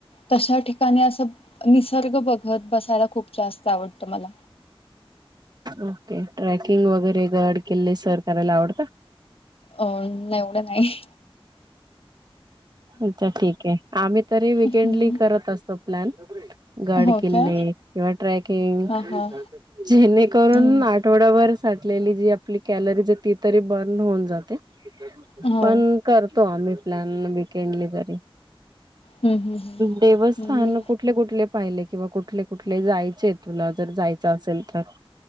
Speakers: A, on the left; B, on the right.
A: तशा ठिकाणी असं, निसर्ग बघत बसायला खूप जास्त आवडत मला.
B: ओके! ट्रॅकिंग वगैरे गड किल्ले सर करायला आवडत?
A: अ एवढं नाही.
B: अच्छा ठीक ये, आम्ही तरी विकेंडली
A: हं.
B: करतं असतो प्लॅन, गड
A: हो
B: किल्ले
A: काय?
B: किंवा ट्रॅकिंग,
A: हां, हां.
B: जेणेकरून
A: हं.
B: आठवडाबर साठलेली जी आपली कॅलरीज ती तरी बर्न होऊन जाते.
A: हो.
B: पण करतो आम्ही प्लॅन, किल्ले गड तरी,
A: हं, हं, हं.
B: देवस्थान
A: मी
B: कुठं कुठले पाहिले किंवा कुठले कुठले जायचेत तुला जर जायचं असेल तर?